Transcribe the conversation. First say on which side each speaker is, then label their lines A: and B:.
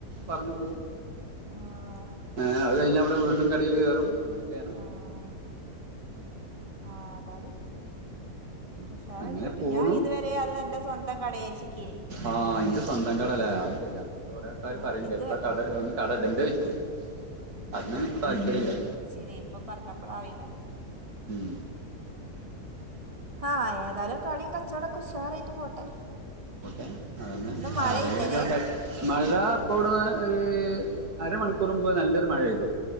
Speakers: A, on the right; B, on the right.
A: പറഞ്ഞു പോവും
B: ആഹ്
A: ഏഹ് അത് കഴിഞ്ഞാൽ ഇവടെ വീണ്ടും കടയിൽ കയറും അങ്ങനെയൊക്കെയാണ്
B: ആഹ് ആഹ് അതാലും
A: ഉം.
B: കുശാറായിട്ട്
A: അങ്ങനെ
B: വരട്ടെ
A: പോണു
B: ഞാൻ ഇതുവരെ അത് തന്റെ സ്വന്തം കടയേച്ച്ക്കേനി
A: ആഹ് ഇന്റെ സ്വന്തം കടല്ലേ അത് ശരി അത് കൊറേ ആൾക്കാര്
B: ഞാൻ
A: പറിണ്ട്
B: ഇത്
A: ഇപ്പളെ കടയാണ് കട ഇടണ്ടെ ചോയ്ച്ചും. അതിനൊന്നും ഇപ്പൊ താല്പര്യല്ലാ
B: ഇനിപ്പൊ പർഞ്ഞപ്പളാ അറിണത്
A: ഉം.
B: ആഹ് ഏതാലും കടയും കച്ചവടൊക്കെ ഉഷാറായിട്ട് പോട്ടെ
A: പൊട്ടെ അതന്നെ
B: ഇന്ന് മഴയില്ലല്ലേ
A: ആരെങ്കിലും കേ മഴ ഇപ്പോ ഇവിടെ ഒരു അരമണിക്കൂറ് മുമ്പ് നല്ലൊരു മഴ പെയ്തു